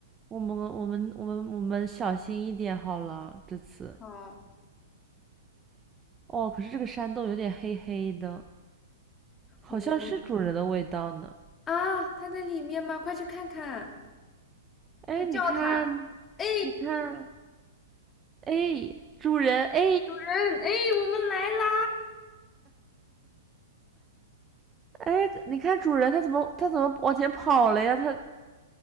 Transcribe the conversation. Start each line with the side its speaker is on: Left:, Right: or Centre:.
Right: 我们我们我们我们小心一点好了，这次。
Left: 好，
Right: 哦，可是这个山洞有点黑黑的，好像是主人的味道呢。
Left: 我们有关啊，他在里面吗？快去看看，
Right: 哎，
Left: 快叫他！
Right: 你看，
Left: 哎，
Right: 你看，哎，主人，哎，
Left: 主人，哎，我们来啦！
Right: 哎，你看主人他怎么他怎么往前跑了呀？他